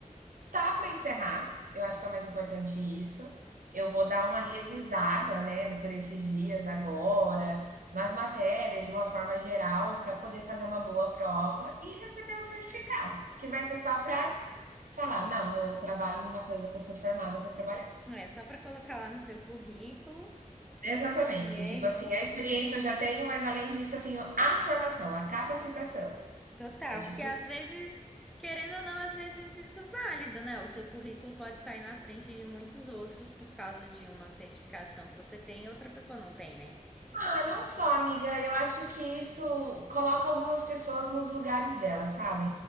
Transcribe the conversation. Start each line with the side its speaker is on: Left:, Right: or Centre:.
Right: tá para encerrar. Eu acho que é o mais importante isso. Eu
Centre: <laughs>
Right: vou dar uma revisada, né, por esses dias agora, nas matérias de uma forma geral, para poder fazer uma boa prova e receber o certificado, que vai ser só para falar, não, eu trabalho numa coisa que eu sou formada para trabalhar.
Centre: É só para colocar lá no seu currículo.
Right: Exatamente,
Centre: E aí?
Right: tipo assim, a experiência eu já tenho, mas além disso eu tenho a formação, a capacitação.
Centre: Total,
Right: É tipo
Centre: porque às vezes, querendo ou não, às vezes isso é válido, né? O seu currículo pode sair na frente de muitos outros por causa de uma certificação que você tem e outra pessoa não tem, né?
Right: Ah, não só, amiga. Eu acho que isso coloca algumas pessoas nos lugares delas, sabe?